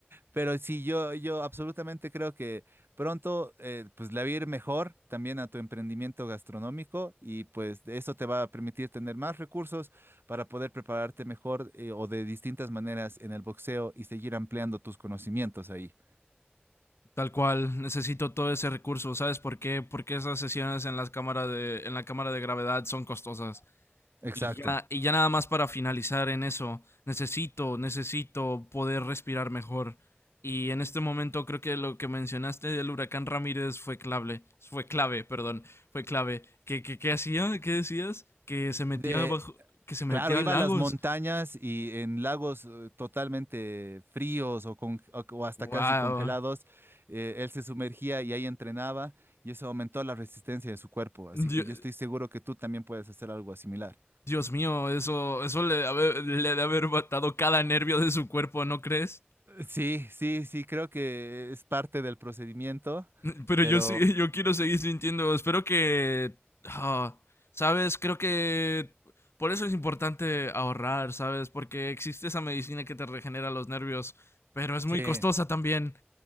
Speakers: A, on the right; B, on the left.
A: Pero sí, yo, yo absolutamente creo que pronto eh, pues le va a ir mejor también a tu emprendimiento gastronómico y pues de eso te va a permitir tener más recursos para poder prepararte mejor eh, o de distintas maneras en el boxeo y seguir ampliando tus conocimientos ahí.
B: tal cual, necesito todo ese recurso, ¿sabes por qué? Porque esas sesiones en las cámara de, en la cámara de gravedad son costosas.
A: Exacto.
B: Y ya, y ya nada más para finalizar en eso, necesito, necesito poder respirar mejor. Y en este momento creo que lo que mencionaste del huracán Ramírez fue clave, fue clave, perdón, fue clave. ¿Qué, qué, qué hacía? ¿Qué decías? Que se metía
A: De-
B: bajo, que se metía
A: Claro, iba
B: a lagos.
A: a las montañas y en lagos eh, totalmente fríos o, con- o- o hasta
B: Wow.
A: casi congelados, eh, él se sumergía y ahí entrenaba y eso aumentó la resistencia de su cuerpo. Así
B: Dios,
A: que yo estoy seguro que tú también puedes hacer algo similar.
B: Dios mío, eso, eso le, ha- le debe haber matado cada nervio de su cuerpo, ¿no crees?
A: Sí, sí, sí, creo que es parte del procedimiento,
B: <laughs> Pero
A: pero
B: yo sí, yo quiero seguir sintiendo. Espero que. ah, ¿Sabes? Creo que. Por eso es importante ahorrar, ¿sabes? Porque existe esa medicina que te regenera los nervios, pero es muy
A: sí.
B: costosa también.